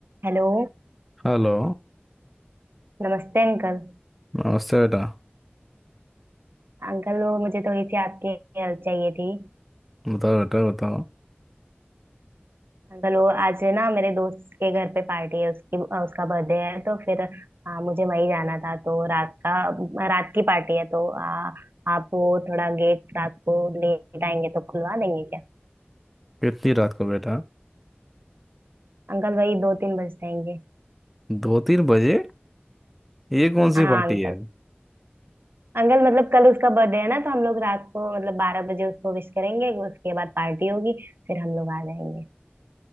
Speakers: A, on the right; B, in the centre.
A: Hello
B: Hello
A: नमस्ते uncle
B: नमस्ते बेटा
A: Uncle वो मुझे थोड़ी सी आपकी हेल्प चाहिए थी
B: बताओ बेटा बताओ
A: अंकल वो आज ना मेरे दोस्त के घर पे पार्टी है उसकी अ, उसका बर्थडे है तो फिर आ, मुझे वहीं जाना था तो रात का रात की पार्टी है तो आ, आप वो थोड़ा गेट रात को लेट आएंगे तो खुलवा देंगे क्या
B: कितनी रात को बेटा
A: अंकल वही दो तीन बज जाएंगे
B: दो तीन बजे ये कौन
A: हाँ
B: सी पार्टी
A: अंकल
B: है
A: अंकल मतलब कल उसका बर्थडे है ना तो हम लोग रात को मतलब बारह बजे उसको विश करेंगे उसके बाद पार्टी होगी फिर हम लोग आ जाएंगे